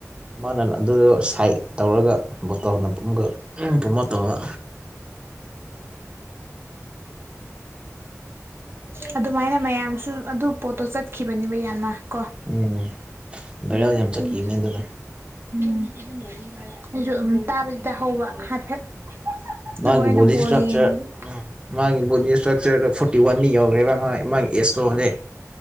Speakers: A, on the right; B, on the right.
A: ꯃꯥꯅ ꯑꯗꯨꯗꯣ ꯁꯥꯏꯠ ꯇꯧꯔꯒ ꯕꯣꯇꯜꯅ ꯑꯃꯨꯛꯀ ꯄ꯭ꯔꯣꯃꯣꯠ ꯇꯧꯕ
B: ꯑꯝ ꯑꯗꯨꯃꯥꯏꯅ ꯃꯌꯥꯝꯁꯨ ꯑꯗꯨ ꯄꯣꯠꯇꯣ ꯆꯠꯈꯤꯕꯅꯦꯕ ꯌꯥꯝꯅ ꯀꯣ
A: ꯎꯝ ꯚꯥꯏꯔꯦꯜ
B: ꯎꯝ
A: ꯌꯥꯝ
B: ꯑꯗꯨꯏ
A: ꯆꯠꯈꯤꯕꯅꯦ ꯑꯗꯨꯅ
B: ꯎꯝ ꯑꯩꯁꯨ ꯑꯗꯨ ꯇꯥꯕꯗꯤ ꯇꯥꯍꯧꯕ ꯍꯥꯏꯐꯦꯠ ꯑꯗꯨꯕꯨ
A: ꯃꯥꯒꯤ
B: ꯑꯩꯅ
A: ꯕꯣꯗꯤ
B: ꯕꯣꯜ
A: ꯁꯇ꯭ꯔꯛꯆꯔ
B: ꯌꯦꯡꯕ
A: ꯎꯝ ꯃꯥꯒꯤ ꯕꯣꯗꯤ ꯏꯁꯇ꯭ꯔꯛꯆꯔꯗ ꯐꯨꯠ ꯋꯥꯟꯅꯤ ꯌꯧꯈ꯭ꯔꯦꯕ ꯃꯥ ꯃꯥ ꯑꯦꯁ ꯇꯣꯗꯤ